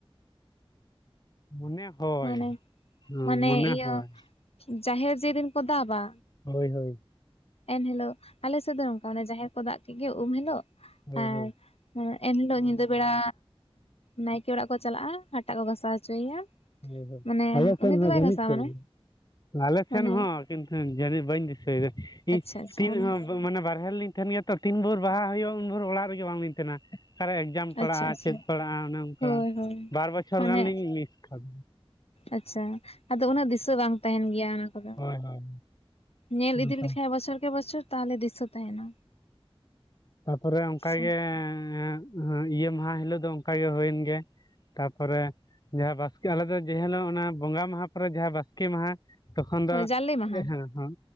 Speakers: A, on the left; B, on the left.
A: ᱢᱚᱱᱮ ᱦᱚᱭ
B: ᱢᱟᱱᱮ ᱢᱟᱱᱮ
A: ᱢᱚᱱᱮ
B: ᱤᱭᱟᱹ
A: ᱦᱚᱭ
B: ᱡᱟᱦᱮᱨ ᱡᱮ ᱫᱤᱱ ᱠᱚ‌ ᱫᱟᱵᱟ
A: ᱦᱳᱭ ᱦᱳᱭ
B: ᱮᱱᱦᱤᱞᱳᱜ ᱟᱞᱮ ᱥᱮᱫ ᱫᱚ ᱱᱚᱝᱠᱟ ᱢᱟᱱᱮ ᱡᱟᱦᱮᱨ ᱠᱚ ᱫᱟᱜ ᱠᱮᱫ ᱜᱮ ᱩᱢ ᱦᱤᱞᱳᱜ
A: ᱦᱳᱭ
B: ᱟᱨ
A: ᱦᱳᱭ
B: ᱦᱮᱸ ᱮᱱᱦᱤᱞᱚᱜ ᱧᱤᱫᱟᱹ ᱵᱮᱲᱟ ᱱᱟᱭᱠᱮ ᱚᱲᱟᱜ ᱠᱚ ᱪᱟᱞᱟᱜᱼᱟ ᱦᱟᱴᱟᱜ ᱠᱚ ᱜᱟᱥᱟᱣ ᱦᱚᱪᱚᱭᱮᱭᱟ
A: ᱦᱳᱭ ᱦᱳᱭ
B: ᱢᱟᱱᱮ
A: ᱟᱞᱮ ᱥᱮᱱ
B: ᱩᱱᱤ ᱫᱚ
A: ᱦᱚᱸ
B: ᱵᱟᱭ
A: ᱡᱟᱹᱱᱤᱡ
B: ᱜᱷᱟᱥᱟᱣᱟ
A: ᱪᱚᱝ
B: ᱢᱟᱱᱮ
A: ᱟᱞᱮ
B: ᱢᱟᱱᱮ
A: ᱥᱮᱱ ᱦᱚᱸ ᱠᱤᱱᱛᱩ ᱡᱟᱱᱤᱡ ᱵᱟᱹᱧ ᱫᱤᱥᱟᱹᱭᱮᱫᱟ ᱤᱧ
B: ᱟᱪᱪᱷᱟ ᱟᱪᱪᱷᱟ
A: ᱛᱤᱱ
B: ᱢᱟᱱᱮ
A: ᱢᱟᱱᱮ ᱵᱟᱨᱦᱮ ᱞᱤᱧ ᱠᱟᱹᱢᱤᱭᱟ ᱛᱚ ᱛᱤᱱ ᱵᱷᱳᱨ ᱵᱟᱦᱟ ᱦᱩᱭᱩᱜᱼᱟ ᱩᱱ ᱵᱷᱳᱨ ᱚᱲᱟᱜ ᱨᱮᱜᱮ ᱵᱟᱝᱞᱤᱧ ᱛᱟᱦᱮᱱᱟ ᱟᱨ ᱡᱟᱢ ᱯᱟᱲᱟᱜᱼᱟ
B: ᱟᱪᱪᱷᱟ ᱟᱪᱪᱷᱟ
A: ᱪᱮᱫ ᱯᱟᱲᱟᱜᱼᱟ ᱚᱱᱮ ᱚᱱᱠᱟ
B: ᱦᱳᱭ ᱦᱳᱭ
A: ᱵᱟᱨ ᱵᱚᱪᱷᱚᱨ
B: ᱢᱟᱱᱮ
A: ᱜᱟᱱ ᱞᱤᱧ ᱢᱤᱥ ᱠᱟᱫ
B: ᱟᱪᱪᱷᱟ ᱟᱫᱚ ᱩᱱᱟᱹᱜ ᱫᱤᱥᱟᱹ ᱵᱟᱝ ᱛᱟᱦᱮᱱ ᱜᱮᱭᱟ ᱚᱱᱟ ᱠᱚᱫᱚ
A: ᱦᱳᱭ ᱦᱳᱭ
B: ᱧᱮᱞ
A: ᱚᱱᱠᱟ
B: ᱤᱫᱤ ᱞᱮᱠᱷᱟᱡ
A: ᱦᱳᱭ
B: ᱵᱚᱪᱷᱚᱨ ᱠᱮ ᱵᱚᱪᱷᱚᱨ ᱛᱟᱦᱚᱞᱮ ᱫᱤᱥᱟᱹ ᱛᱟᱦᱮᱱᱟ
A: ᱛᱟᱯᱚᱨᱮ ᱚᱱᱠᱟ
B: ᱟᱪᱪᱷᱟ
A: ᱜᱮᱻᱻᱻ ᱦᱮ ᱤᱭᱟᱹ ᱢᱟᱦᱟ ᱦᱤᱞᱳᱜ ᱫᱚ ᱚᱱᱠᱟ ᱜᱮ ᱦᱩᱭᱮᱱ ᱜᱮ ᱛᱟᱯᱚᱨᱮ ᱡᱟᱦᱟ ᱵᱟᱥᱠᱮ ᱟᱞᱮ ᱫᱚ ᱡᱮ ᱦᱮᱞᱳᱜ ᱚᱱᱟ ᱵᱚᱸᱜᱟ ᱢᱟᱦᱟ ᱯᱚᱨᱮ ᱡᱟᱦᱟᱸ ᱵᱟᱥᱠᱮ ᱢᱟᱦᱟ ᱛᱚᱠᱷᱚᱱ
B: ᱦᱳᱭ
A: ᱫᱚ
B: ᱡᱟᱞᱮ ᱢᱟᱦᱟ
A: ᱮ ᱦᱮᱸ ᱦᱟᱸ